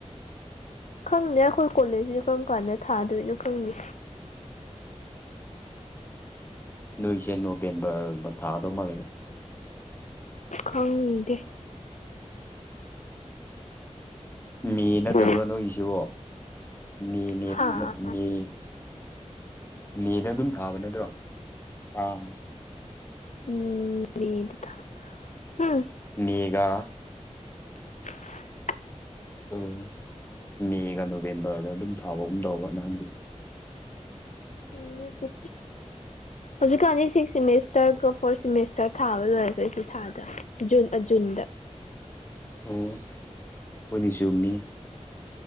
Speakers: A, on the left; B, on the left.
A: ꯈꯪꯗꯦ ꯑꯩꯈꯣꯏ ꯀꯣꯂꯦꯖꯁꯤ ꯀꯔꯝ ꯀꯥꯟꯗ ꯊꯥꯗꯣꯏꯅꯣ ꯈꯪꯗꯦ
B: ꯅꯣꯏꯁꯦ ꯅꯣꯕꯦꯝꯕꯔꯒꯨꯝꯕ ꯊꯥꯗꯧ ꯃꯥꯜꯂꯦ
A: ꯈꯪꯗꯦ
B: ꯃꯦ ꯅꯠꯇꯕ꯭ꯔꯥ
A: ꯎꯝ
B: ꯅꯣꯏꯒꯤꯁꯤꯕꯣ ꯃꯦꯅꯦ
A: ꯍꯥꯥ
B: ꯃꯦ ꯃꯦꯗ ꯑꯗꯨꯝ ꯊꯥꯕ ꯅꯠꯇ꯭ꯔꯣ ꯑꯥ
A: ꯎꯝ ꯃꯦꯗ ꯊꯥꯕ ꯍꯝ
B: ꯃꯦꯒꯥ
A: <unintelligible>
B: ꯑꯣ ꯃꯦꯒ ꯅꯣꯕꯦꯝꯕꯔꯗ ꯑꯗꯨꯝ ꯊꯥꯕꯒꯨꯝ ꯇꯧꯕ ꯅꯍꯥꯟꯗꯤ
A: ꯎꯝ ꯅꯠꯇꯦ ꯍꯧꯖꯤꯛꯀꯥꯟꯗꯤ ꯁꯤꯛꯁ ꯁꯦꯃꯦꯁꯇꯔꯒ ꯐꯣꯔꯠ ꯁꯦꯃꯦꯁꯇꯔ ꯊꯥꯕ ꯂꯣꯏꯔꯒ ꯑꯁꯤ ꯊꯥꯗ ꯖꯨꯟ ꯑꯖꯨꯟꯗ
B: ꯑꯣ ꯍꯣꯏꯅꯦ ꯆꯨꯝꯃꯤ